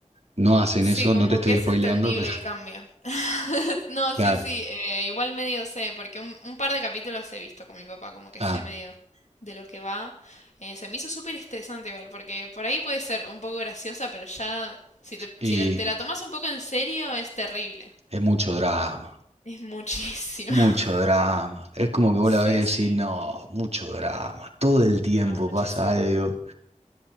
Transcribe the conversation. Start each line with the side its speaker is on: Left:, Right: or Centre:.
Right: No hacen
Left: Sí,
Right: eso,
Left: como
Right: no te estoy
Left: que es
Right: spoileando,
Left: entendible
Right: pero
Left: el cambio. <laughs> No,
Right: <laughs> claro.
Left: sí, sí, eh, igual medio sé, porque un, un par de capítulos he visto con mi papá, como que
Right: Ah,
Left: sé medio de lo que va. Eh, se me hizo súper estresante igual, porque por ahí puede ser un poco graciosa, pero ya, si te,
Right: y
Left: si la- te la tomas un poco en serio, es terrible.
Right: es mucho drama.
Left: Es muchísimo.
Right: Mucho
Left: <laughs>
Right: drama. Es como que vos
Left: Sí,
Right: la ves
Left: sí.
Right: y decís, no, mucho drama. Todo el tiempo
Left: No, muchísimo.
Right: pasa algo.